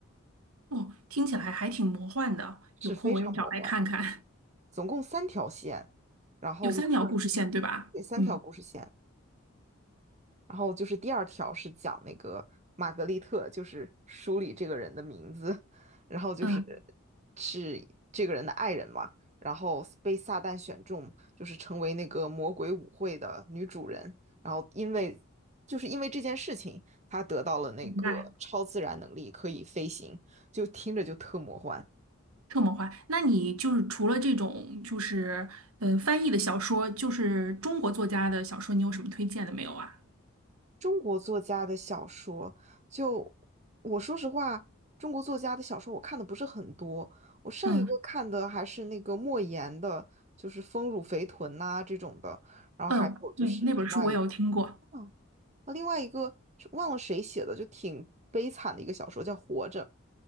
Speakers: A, on the right; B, on the right.
A: 哦，听起来还挺魔幻的，
B: 是非常魔幻。
A: 有空我也找来看看。
B: 总共三条线，
A: <laughs>
B: 然后每个人
A: 有三条故事线，对吧？
B: 对三条故事线。
A: 嗯
B: 然后就是第二条是讲那个玛格丽特，就是书里这个人的名字，然后就是
A: 嗯，
B: 是这个人的爱人嘛，然后被撒旦选中，就是成为那个魔鬼舞会的女主人，然后因为就是因为这件事情，她得到了那个超自然能力，
A: 明白，
B: 可以飞行，就听着就特魔幻。
A: 特魔幻。那你就是除了这种就是呃翻译的小说，就是中国作家的小说，你有什么推荐的没有啊？
B: 中国作家的小说，就我说实话，中国作家的小说我看的不是很多。我上一个看的还是那个莫言的，
A: 嗯
B: 就是《丰乳肥臀》呐这种的，然后还有就是另外一个，
A: 嗯，对，那本书我也有听过，
B: 嗯啊，另外一个是忘了谁写的，就挺悲惨的一个小说，叫《活着》，